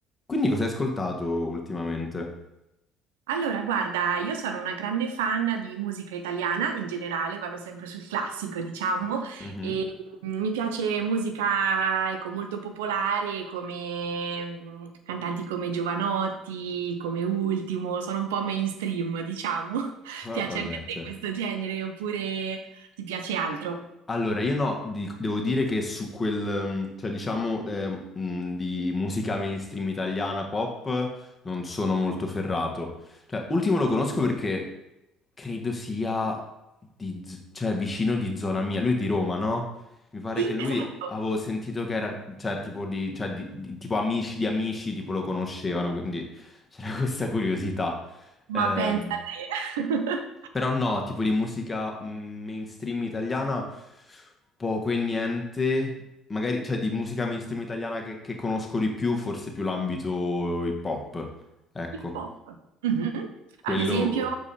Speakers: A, on the left; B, on the right.
A: Quindi cosa hai ascoltato ultimamente?
B: Allora, guarda, io sono una grande fan di musica italiana in generale, vado sempre sul classico, diciamo,
A: Mhm.
B: e mm, mi piace musica, ecco, molto popolare come mm, cantanti come Giovanotti, come Ultimo, sono un po' mainstream, diciamo. <laughs>
A: Ah,
B: Piace
A: vabbè,
B: anche a te
A: certo.
B: questo genere oppure ti piace altro?
A: Allora, io no, di- devo dire che su quel, mm, cioè diciamo, eh, mm, di musica mainstream italiana pop non sono molto ferrato. Cioè, ultimo lo conosco perché credo sia di, z- cioè, vicino di zona mia. Lui è di Roma, no? Mi pare
B: Sì,
A: che lui
B: esatto,
A: avevo sentito che era, cioè, tipo di, cioè, di- di- tipo amici di amici, tipo lo conoscevano, quindi c'era <laughs> questa curiosità.
B: ma
A: Ehm,
B: pensa a te. <laughs>
A: Però no, tipo di musica mm, mainstream italiana poco e niente. Magari, cioè, di musica mainstream italiana che, che conosco di più, forse più l'ambito hip hop. Ecco,
B: Hip hop. Mhm.
A: quello...
B: Ad esempio,